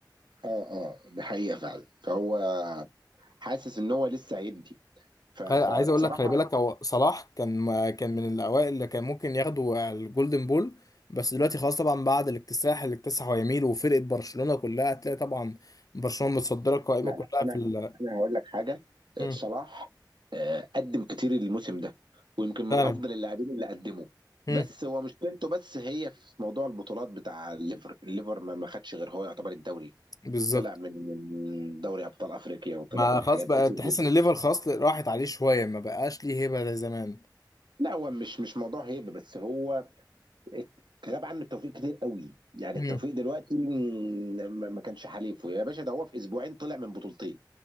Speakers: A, on the right; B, on the left.
A: اه اه ده حقيقة فعلا فهو حاسس ان هو لسه هيدي ف- فبصراحة
B: خل- عايز اقول لك خلي بالك هو صلاح كان كان من الاوائل اللي كان ممكن ياخدوا الجولدن بول بس دلوقتي خلاص طبعا بعد الاكتساح اللي اكتسحه يميل وفرقه برشلونه كلها هتلاقي طبعا برشلونه متصدره القائمه
A: لا
B: كلها
A: لا انا
B: في ال
A: انا هقول لك حاجة آه،
B: مم.
A: صلاح آه، قدم كتير الموسم ده ويمكن من
B: فعلا
A: افضل اللاعبين اللي قدمه
B: مم.
A: بس هو مشكلته بس هي في موضوع البطولات بتاع الليفر الليفر ما ما خدش غير هو يعتبر الدوري
B: بالظبط
A: طلع من من دوري ابطال افريقيا وطلع
B: ما
A: من
B: خلاص
A: حاجات
B: بقى
A: كتير
B: تحس
A: جدا
B: ان الليفر خلاص راحت عليه شويه ما بقاش ليه هيبه زي زمان
A: لا هو مش مش موضوع هيبه بس هو الكلام عنه التوفيق كتير قوي يعني
B: مم.
A: التوفيق دلوقتي م- ما ما كانش حليفه يا باشا ده هو في اسبوعين طلع من بطولتين